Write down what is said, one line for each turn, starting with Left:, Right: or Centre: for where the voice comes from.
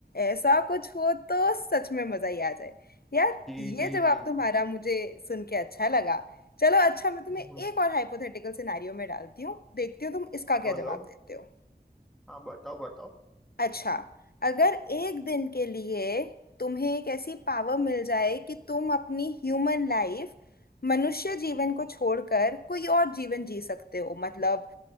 Left: ऐसा कुछ हो तो सच में मज़ा ही आ जाए यार
Centre: जी
Left: ये
Centre: जी
Left: जवाब
Centre: जी
Left: तुम्हारा मुझे सुन के अच्छा लगा चलो अच्छा मैं तुम्हें
Centre: हम्म,
Left: एक और हाइपोथेटिकल सिनेरियो में डालती हूँ देखती हूँ तुम इसका
Centre: बोलो
Left: क्या जवाब देते हो
Centre: हाँ बताओ बताओ
Left: अच्छा अगर एक दिन के लिए तुम्हें एक ऐसी पावर मिल जाए कि तुम अपनी ह्यूमन लाइफ मनुष्य जीवन को छोड़कर कोई और जीवन जी सकते हो मतलब